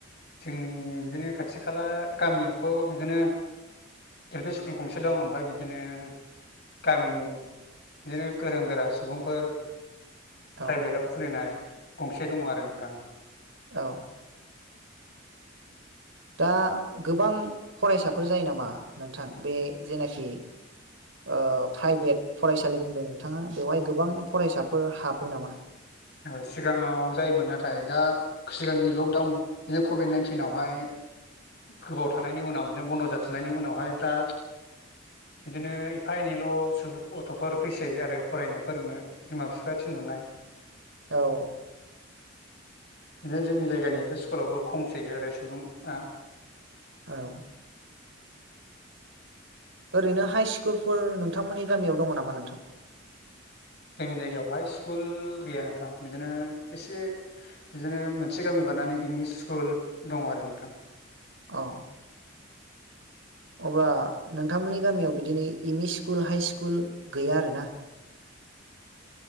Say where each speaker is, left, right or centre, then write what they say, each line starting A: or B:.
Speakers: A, on the left; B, on the right.
A: जोंनि बिदिनो खाथि-खाला गामियावथ बिदिनो एल पि स्कुल गंसे दं ओमफ्राय बिदिनो गामिनि बिदिनो गोरों-गोरा सुबुंफोर
B: औ
A: प्राइभेटआव खुलिनाय गंसे दङ आरो नोंथां,
B: औ दा गोबां फरायसाफोर जायो नामा नोंथां बे जेनाखि ओ प्राइभेट फरायसालि बुंदों नोंथाङा बेवहाय गोबां फरायसाफोर हाबो नामा?
A: सिगाङाव जायोमोन नाथाय दा सिगांनि लकडाउन बिदिनो कभिड नाइनटिनावहाय गोबावाव थानायनि उनाव बिदिनो बन्द जाथनायनि उनावहाय दा बिदिनो एफा एनैल' सु गथ'फोर फैसै आरो फरायनो फोरोंनो बिमा बिफाया थिनहरनाय,
B: औ
A: <unintelligible> जोंनि जायगानि एलपि स्कुलबो खम थैयो आरो सुबुंआ।
B: औ। ओरैनो हाइ स्कुलफोर नोंथांमोननि गामियाव दङ नामा नोंथां?
A: जोंनि जायगायावहाय स्कुल गैया नोंथां बिदिनो एसे बिदिनो मोनसे गामि बारनानै एम ई स्कुल दङ आरो नोंथां।
B: अ अब्ला नोंथांमोननि गामियाव बिदिनो M E school high school गैया आरोना?